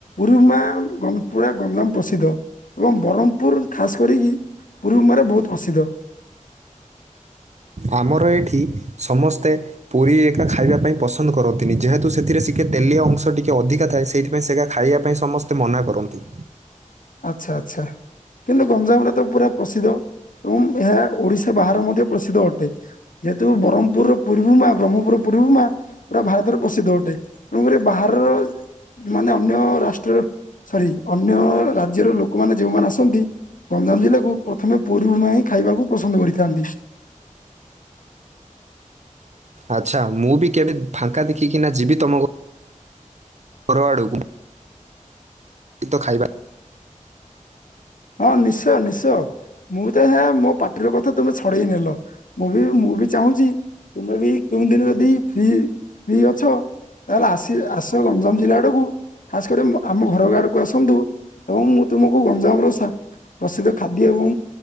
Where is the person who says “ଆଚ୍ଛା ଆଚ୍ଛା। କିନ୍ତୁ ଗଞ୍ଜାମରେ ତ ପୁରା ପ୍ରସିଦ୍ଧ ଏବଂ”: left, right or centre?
Left